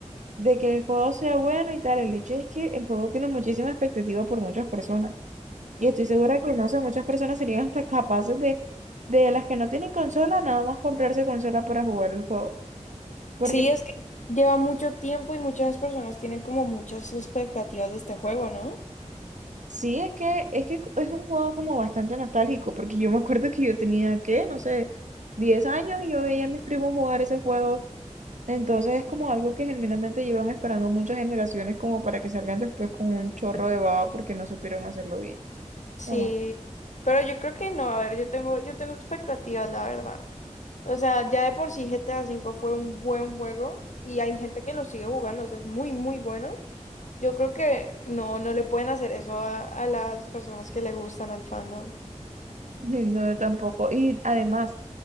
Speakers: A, on the right; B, on the left.
A: de que el juego sea bueno y tal, el hecho es que el juego tiene muchísima expectativa por muchas personas. Y estoy segura que, no sé, muchas personas serían hasta capaces de, de las que no tienen consola, nada más comprarse consola para jugar el juego. Porque
B: Sí, es que lleva mucho tiempo y muchas personas tienen como muchas expectativas de este juego, ¿no?
A: sí, es que, es que es un juego como bastante nostálgico, porque yo me acuerdo que yo tenía, ¿qué? No sé, 10 años y yo veía a mis primos jugar ese juego. Entonces es como algo que genuinamente llevan esperando muchas generaciones como para que salgan después con un chorro de baba porque no supieron hacerlo bien.
B: Sí,
A: No,
B: pero yo creo que no, a ver, yo tengo, yo tengo expectativas, la verdad. O sea, ya de por sí GTA V fue un buen juego y hay gente que lo sigue jugando, o sea, es muy, muy bueno. Yo creo que no, no le pueden hacer eso a, a las personas que le gustan al fandom.
A: Sí, No, yo tampoco. Y además,